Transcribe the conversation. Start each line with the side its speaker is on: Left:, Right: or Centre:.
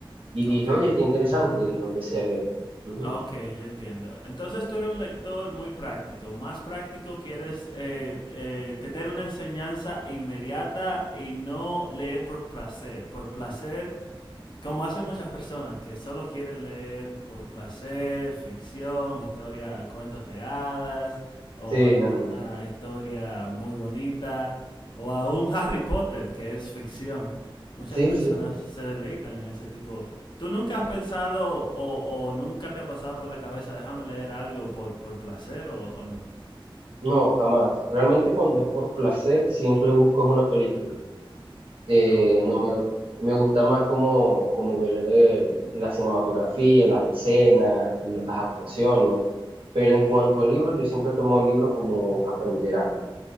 Right: Y dije,
Left: Ok.
Right: oye, está interesante, y lo empecé a leer. Ujú.
Left: Ah, Ok, ya entiendo. Entonces tú eres un lector muy práctico, más práctico, quieres eh, eh, tener una enseñanza inmediata y no leer por placer. Por placer como hacen muchas personas que solo quieren leer por placer, ficción, historia, cuentos de hadas o
Right: Sí,
Left: alguna
Right: no, no.
Left: historia muy bonita o aún Harry Potter que es ficción. Muchas
Right: Sí,
Left: personas
Right: sí.
Left: se deleitan en ese tipo. ¿Tú nunca has pensado o, o nunca te ha pasado por la cabeza, déjame leer algo por, por placer o, o no?
Right: No, jamás. Realmente cuando es por placer, siempre busco es una película. Eh,
Left: Ok,
Right: no me, me gusta más como, como ver eh, la cinematografía, las escenas, la- las actuaciones. Pero en cuanto a libros, yo siempre tomo libros como aprender algo.